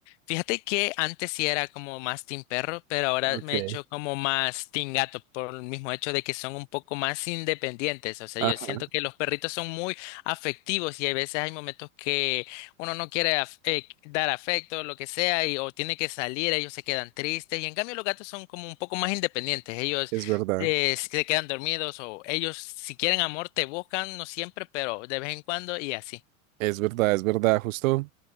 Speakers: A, on the left (about 60°); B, on the right (about 70°).
A: Fíjate que antes sí era como más team perro, pero ahora
B: Ok.
A: me he hecho como más team gato por el mismo hecho de que son un poco más independientes. O sea,
B: Ajá,
A: yo siento que los perritos son muy afectivos y hay veces hay momentos que uno no quiere af- eh, dar afecto, lo que sea, y, o tiene que salir, ellos se quedan tristes. Y en cambio los gatos son como un poco más independientes. Ellos
B: es verdad.
A: eh, se quedan dormidos o ellos si quieren amor te buscan, no siempre, pero de vez en cuando y así.
B: Es verdad, es verdad. Justo,